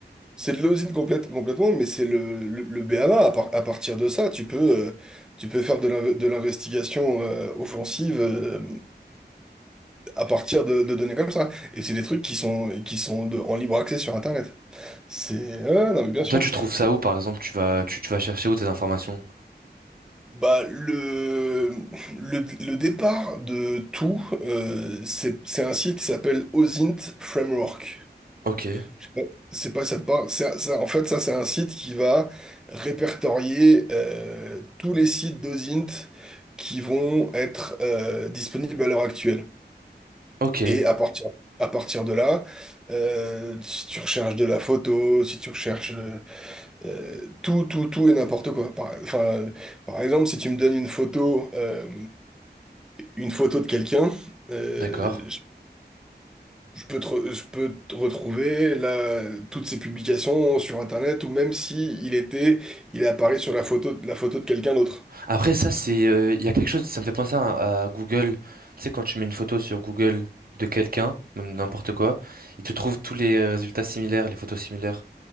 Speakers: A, in the centre; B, on the right.
A: C'est de l'osine complète, complètement, mais c'est le, le, le B a B A. À, par- à partir de ça, tu peux, euh, tu peux faire de l'inve- de l'investigation euh, offensive euh, à partir de, de données comme ça. Et c'est des trucs qui sont, qui sont de- en libre accès sur Internet. C'est... ouais, non, mais bien sûr.
B: Toi, tu trouves ça
A: Et,
B: où, par exemple, tu vas, tu, tu vas chercher où tes informations?
A: Bah, le, le, le départ de tout, euh, c'est c'est un site qui s'appelle OSINT Framework.
B: Ok,
A: Je sais pas- C'est pas ça te parle. C'est ça- en fait, ça, c'est un site qui va répertorier euh, tous les sites d'OSINT qui vont être euh, disponibles à l'heure actuelle.
B: ok,
A: Et à partir, à partir de là, euh, si tu recherches de la photo, si tu recherches euh, euh, tout, tout, tout et n'importe quoi. Par, enfin, par exemple, si tu me donnes une photo, euh, une photo de quelqu'un, euh,
B: d'accord.
A: je je peux te, re- je peux te retrouver là, toutes ses publications sur Internet, ou même si il était, il est apparu sur la photo, la photo de quelqu'un d'autre.
B: Après, ça, c'est, euh, il y a quelque chose, ça me fait penser à, à Google. Tu sais, quand tu mets une photo sur Google de quelqu'un, même n'importe quoi, il te trouve tous les résultats similaires, les photos similaires.